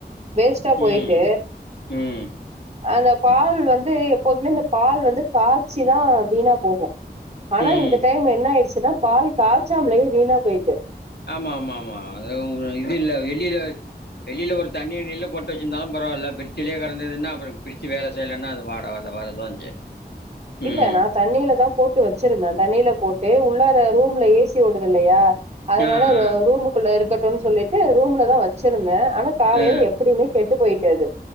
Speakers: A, on the right; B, on the left.
A: வேஸ்ட்டா போயிட்டு
B: ம் ம்
A: அந்த பால் வந்து எப்போதுமே இந்த பால் வந்து காச்சிதா வீணா போகு ஆனா
B: ம்
A: இந்த டைம் என்ன ஆயிடுச்சு ச்சுனா பால் காச்சாமலையே வீணா போயிட்டு
B: ஆமா ஆமா ஆமா அ இது இல்ல வெளில வெளில ஒரு தண்ணி கிண்ணில போட்டு வெச்சுருந்தாலும் பரவாயில்ல ஃப்ரிட்ஜலியே கெடந்ததுன்னா அப்புறோ ஃப்ரிட்ஜு வேல செய்யலன்னா அது வாட அது வரதா செய்யு
A: இல்ல
B: ம்
A: நா தண்ணீலதா போட்டு வெச்சுருந்த தண்ணியில போட்டு உள்ளார ரூம்ல ஏசி ஓடுது இல்லையா அதனால
B: ஆ ஆ
A: ரூமுக்குள்ள இருக்க க்குனுன் சொல்லிட்டு ரூம்லதா வச்சுருந்த ஆனா காலைல
B: ஆ
A: எப்புடியுமே கெட்டு போயிட் டு அது